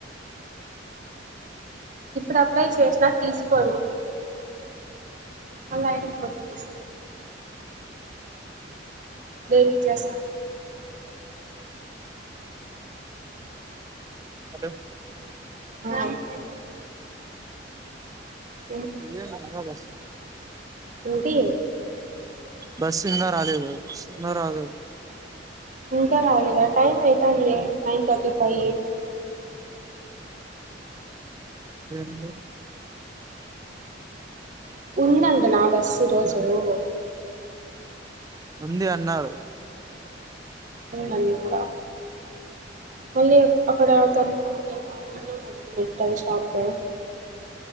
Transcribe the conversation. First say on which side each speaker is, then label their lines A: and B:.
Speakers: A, on the right; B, on the right.
A: ఇప్పుడు అప్లై చేసినా తీసుకోండి. మళ్ళ ఐడి ఫోటో తీసు. డేరింగ్ చేస్తాను.
B: అదే.
A: <inaudible> ఉం,
B: ఏమ్ నమ్మకం వస్త.
A: ఏంటి.
B: బస్ ఇంకా రాలేదు, వొస్తుందో రాదో.
A: ఇంకా రాలేదా, టైమ్ అయితంది, నైన్ తట్టి ఫై.
B: ఏంటి.
A: ఉన్నాంట నా బస్సు ఇ రోజు.
B: ఉంది అన్నారు.
A: ఉందాన్నారా. మళ్ళీ అక్కడ తన్ను ఆ ఆ ఆయనను అడుగు మెడికల్ షాప్ లో